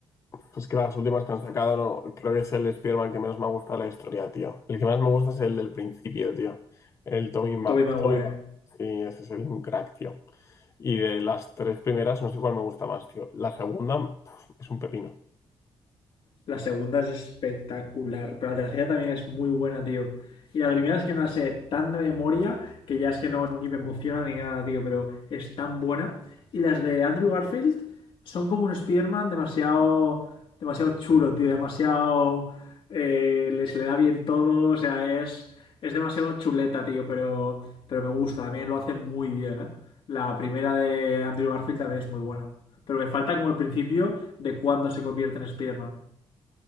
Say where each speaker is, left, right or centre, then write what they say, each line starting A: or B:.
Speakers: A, on the left; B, on the left.
A: Pues que las últimas que han sacado, no, creo que es el Spider-Man que menos me ha gustado la historia, tío. El que más me gusta es el del principio, tío. El Tommy Ma,
B: Tobey Maguire.
A: Tommy Ma- Sí, ese es el un crack, tío. Y de las tres primeras, no sé cuál me gusta más, tío. La segunda, pf, es un pepino.
B: La segunda es espectacular, pero la tercera también es muy buena, tío. Y la primera es que no la sé tan de memoria que ya es que no ni me emociona ni nada, tío, pero es tan buena. Y las de Andrew Garfield son como un Spider-Man demasiado, demasiado chulo, tío, demasiado... eh, le- se le da bien todo, o sea, es, es demasiado chuleta, tío, pero, pero me gusta, también lo hace muy bien, ¿eh? La primera de Andrew Garfield también es muy buena. Pero me falta como el principio de cuándo se convierte en Spider-Man.